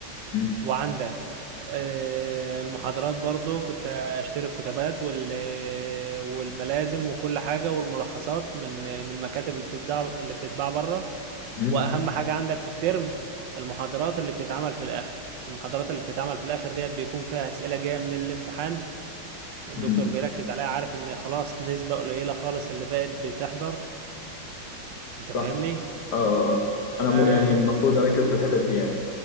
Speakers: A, on the left; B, on the right.
A: م-
B: وعندك آه، المحاضرات برضو كنت اشتري الكتابات وال والملازم وكل حاجة والملخصات من من المكاتب اللي بتتباع اللي بتتباع بره
A: م-
B: واهم حاجة عندك في الترم المحاضرات اللي بتتعمل في الاخر المحاضرات اللي بتتعمل في الاخر ديت بيكون فيها اسئلة جاية من الامتحان الدكتور
A: م-
B: بيركز عليها عارف ان خلاص نسبة قليلة خالص اللي بقت بتحضر انت فاهمني
A: صح اه اه آه. انا م...
B: آه،
A: يعني المفروض اركز في الحتت دي يعني